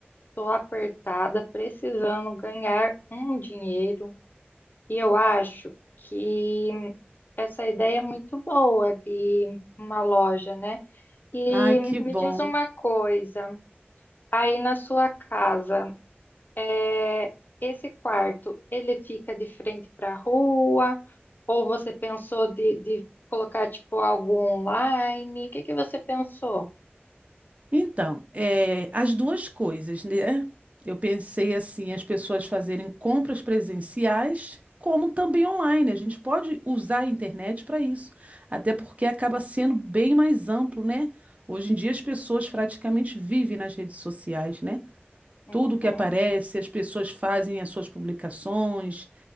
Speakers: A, on the left; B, on the right.
A: estou apertada, precisando ganhar um dinheiro, e eu acho que essa ideia é muito boa de uma loja, né? E
B: Ai, que
A: me
B: bom.
A: diz uma coisa, aí na sua casa. É, esse quarto, ele fica de frente para a rua? Ou você pensou de, de colocar tipo algo online? O que que você pensou?
B: Então, é, as duas coisas, né? Eu pensei assim, as pessoas fazerem compras presenciais, como também online. A gente pode usar a internet para isso, até porque acaba sendo bem mais amplo, né? Hoje em dia as pessoas praticamente vivem nas redes sociais, né?
A: Uhum.
B: Tudo que aparece, as pessoas fazem as suas publicações,